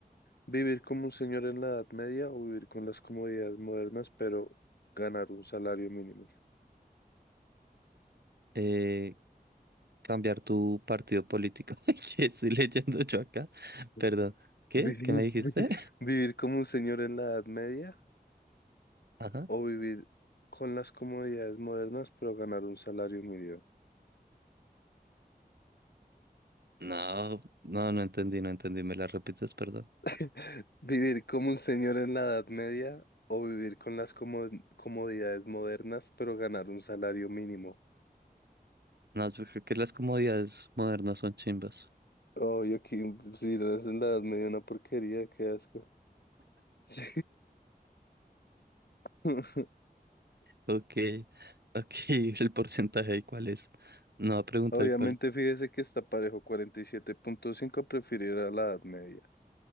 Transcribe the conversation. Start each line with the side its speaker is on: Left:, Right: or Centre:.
Left: ¿Vivir como un señor en la Edad Media o vivir con las comodidades modernas, pero ganar un salario mínimo?
Right: Eh, cambiar tu partido político. <laughs> Ay, ¿Qué estoy leyendo yo acá?
Left: <laughs>
Right: Perdón. ¿Qué?
Left: ¿Vivir,
Right: ¿Qué me dijiste?
Left: vi- vivir como un señor en la Edad Media
Right: <laughs> Ajá.
Left: o vivir con las comodidades modernas, pero ganar un salario mínimo?
Right: No, no, no entendí, no entendí. ¿Me las repites, perdón?
Left: <laughs> ¿Vivir como un señor en la Edad Media o vivir con las como- comodidades modernas, pero ganar un salario mínimo?
Right: No, yo creo que las comodidades modernas son chimbas.
Left: Oh, yo aquí, sí, la ensalada me dio una porquería, qué asco. Sí. <laughs>
Right: Ok, ok, <laughs> el porcentaje, de ¿cuál es? No va a preguntar
Left: Obviamente,
Right: cuál.
Left: fíjese que está parejo, cuarenta y siete punto cinco preferirá la edad media.